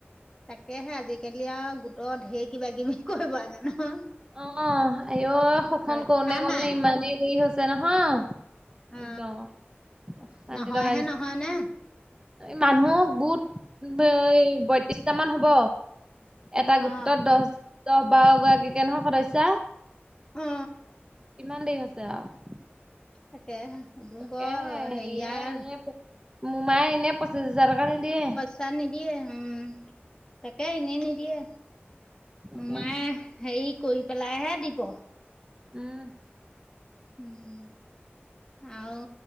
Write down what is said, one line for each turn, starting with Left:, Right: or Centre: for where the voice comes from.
Left: তাকেহে আজিকালি আৰু গোটৰ ঢেৰ কিবা কিবি কৰিব লাগে নহয়।
Right: অ আই অ সেইখন
Left: ৰক্ষা
Right: কৰোঁতে কৰোঁতে
Left: নাই
Right: ইমানেই দেৰি হৈছে নহয়।
Left: অ
Right: একদম অশান্তি
Left: নহয়হে
Right: লগাই দিছে।
Left: নহয় নে?
Right: এই মানুহ গোট বয়ত্ৰিশটা মান হ'ব। এটা গোটত
Left: অ
Right: দহ দহ বাৰ গৰাকী কে নহয় সদস্যা
Left: অ
Right: কিমান দেৰি হৈছে আৰু
Left: তাকে ব
Right: তাকেহে
Left: হেৰিয়াৰ
Right: হেৰিয়ে এনে মোমাই এনে পঁচিছ হাজাৰ টকা নিদিয়ে
Left: চাহ নিদিয়ে উম তাকে এনেই নিদিয়ে
Right: তাকেহে
Left: মাই হেৰি কৰি পেলাইহে দিব
Right: উম
Left: উম আৰু